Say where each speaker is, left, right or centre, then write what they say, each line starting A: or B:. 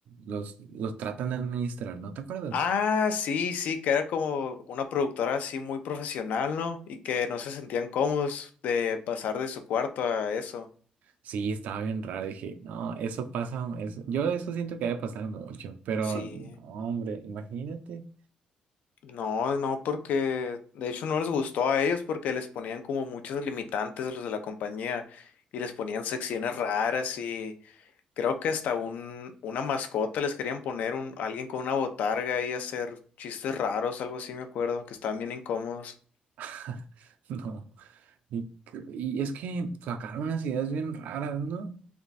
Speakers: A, on the right (about 80°); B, on the left (about 80°).
A: los, los tratan de administrar, ¿no te acuerdas?
B: Ah, sí, sí, que era como una productora así muy profesional, ¿no? Y que no se sentían cómodos de pasar de su cuarto a eso.
A: Sí, estaba bien raro. Dije, no, eso pasa. Eso, yo de eso siento que debe pasar mucho, pero
B: Sí.
A: no, hombre, imagínate.
B: No, no, porque de hecho no les gustó a ellos porque les ponían como muchos limitantes a los de la compañía y les ponían secciones raras y creo que hasta un, una mascota les querían poner un, alguien con una botarga y hacer chistes raros, algo así me acuerdo, que estaban bien incómodos.
A: <laughs> No. Y, y es que sacaron unas ideas bien raras, ¿no?